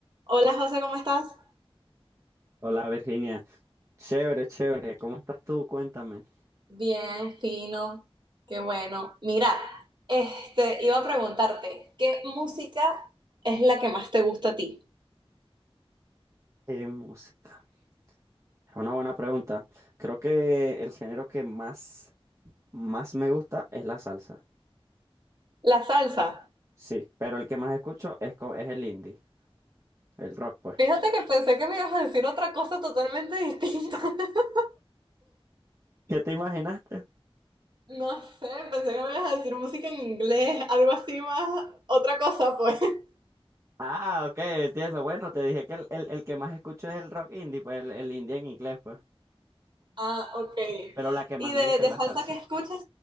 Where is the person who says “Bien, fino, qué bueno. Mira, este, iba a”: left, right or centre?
Right